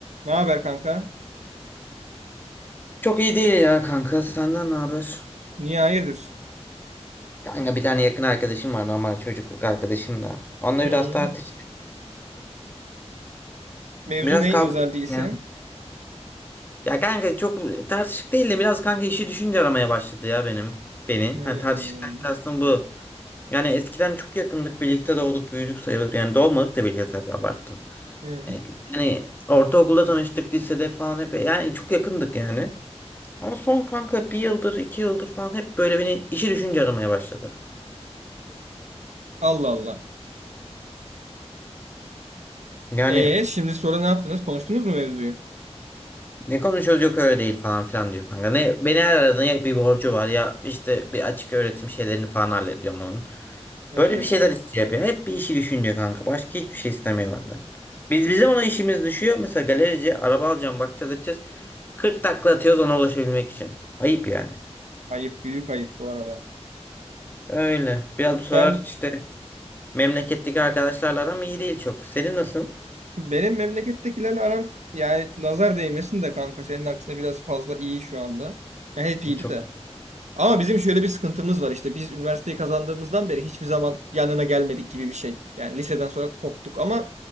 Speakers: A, on the right; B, on the left.
A: Ne haber kanka?
B: Çok iyi değil ya kanka. Senden ne haber?
A: Niye hayırdır?
B: Kanka bir tane yakın arkadaşım var normal çocukluk arkadaşım da. Onunla
A: Hı.
B: biraz tartıştık.
A: Mevzu
B: Biraz
A: ne
B: kavga
A: özel
B: ettik
A: değilse?
B: yani. Ya kanka çok tartışık değil de biraz kanka işi düşünce aramaya başladı ya benim. Beni.
A: Hı.
B: Hani tartışıktan kastım bu. Yani eskiden çok yakındık. Birlikte doğduk büyüdük sayılır. Yani doğmadık da birlikte tabii abarttım.
A: Hı.
B: E, Yani ortaokulda tanıştık lisede falan hep. Yani çok yakındık yani. Ama son kanka bir yıldır iki yıldır falan hep böyle beni işi düşünce aramaya başladı.
A: Allah Allah.
B: Yani
A: E şimdi sonra ne yaptınız? Konuştunuz mu mevzuyu?
B: Ne konuşuyoruz yok öyle değil falan filan diyor kanka. Ne, beni her aradığında ya bir borcu var ya işte bir açık öğretim şeylerini falan hallediyorum onun.
A: Hı.
B: Böyle bir şeyler istiyor hep ya. Hep bir işi düşünüyor kanka. Başka hiçbir şey istemiyor benden. Biz bizim ona işimiz düşüyor. Mesela galerici araba alacağım bakacağız edeceğiz. 40 takla atıyoruz ona ulaşabilmek için. Ayıp yani.
A: Ayıp büyük ayıp bu arada.
B: Öyle. Biraz bu sıralar
A: Ben
B: işte memleketteki arkadaşlarla aram iyi değil çok. Senin nasıl?
A: benim memlekettekilerle aram yani nazar değmesin de kanka senin aksine biraz fazla iyi şu anda. Ya Hep iyiydi
B: Çok
A: de. Ama bizim şöyle bir sıkıntımız var işte biz üniversiteyi kazandığımızdan beri hiçbir zaman yanına gelmedik gibi bir şey. Yani liseden sonra koptuk ama